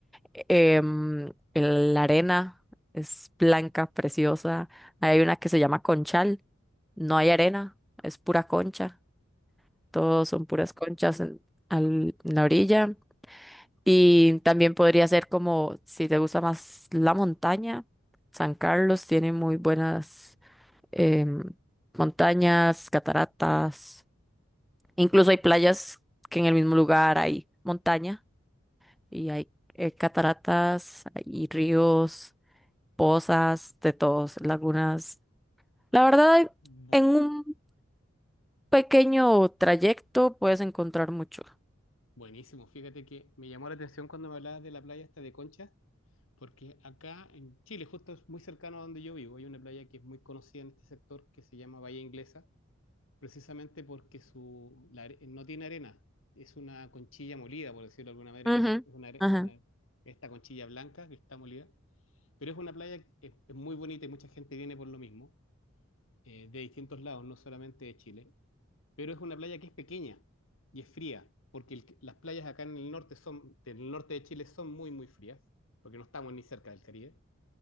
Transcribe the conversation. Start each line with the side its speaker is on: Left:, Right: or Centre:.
Centre: Em, el- la arena es blanca, preciosa. Hay una que se llama Conchal, no hay arena, es pura concha, todos son puras conchas en, al- en la orilla. Y también podría ser como, si te gusta más la montaña, San Carlos tiene muy buenas em, montañas, cataratas. Incluso hay playas que en el mismo lugar hay montaña y hay eh, cataratas y ríos, pozas, de todos, lagunas. La verdad,
Left: Bueno,
Centre: en un pequeño trayecto puedes encontrar mucho.
Left: buenísimo. Fíjate que me llamó la atención cuando me hablabas de la playa esta de Conchas, porque acá en Chile, justo es muy cercano a donde yo vivo, hay una playa que es muy conocida en este sector que se llama Bahía Inglesa, precisamente porque su, la are- no tiene arena, es una conchilla molida, por decirlo de alguna manera,
Centre: Ujú,
Left: es una, es una are-
Centre: ajá.
Left: es una- esta conchilla blanca que está molida, pero es una playa que es, es muy bonita y mucha gente viene por lo mismo, eh, de distintos lados, no solamente de Chile. pero es una playa que es pequeña y es fría, porque el- las playas acá en el norte son, del norte de Chile son muy, muy frías, porque no estamos ni cerca del Caribe.